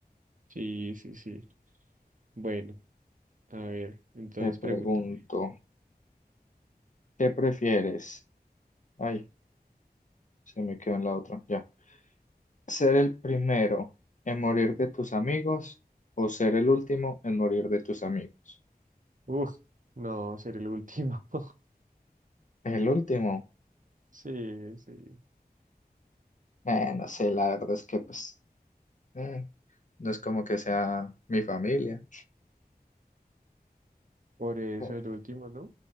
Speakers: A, on the right (about 55°); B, on the left (about 50°).
A: Sí, sí, sí. Bueno, a ver, entonces
B: Te pregunto,
A: pregúntame.
B: <clears throat> ¿qué prefieres? Ay, se me quedó en la otra, ya. ¿Ser el primero en morir de tus amigos o ser el último en morir de tus amigos?
A: Uf, no, ser el último. <laughs>
B: El último,
A: Sí, sí.
B: eh, no sé, la verdad es que pues eh, no es como que sea mi familia.
A: Por eso
B: Eh,
A: el último, ¿no?